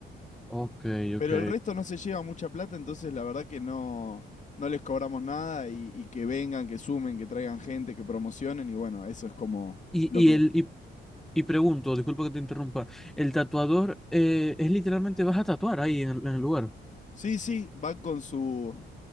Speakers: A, in the centre; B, on the left.
A: Ok,
B: Pero
A: ok.
B: el resto no se lleva mucha plata, entonces la verdad que no, no les cobramos nada y, y que vengan, que sumen, que traigan gente, que promocionen y bueno, eso es como
A: Y,
B: lo
A: y
B: que...
A: el, y, y pregunto, disculpa que te interrumpa, el tatuador eh, es literalmente vas a tatuar ahí en, el en el lugar.
B: Sí, sí, van con su,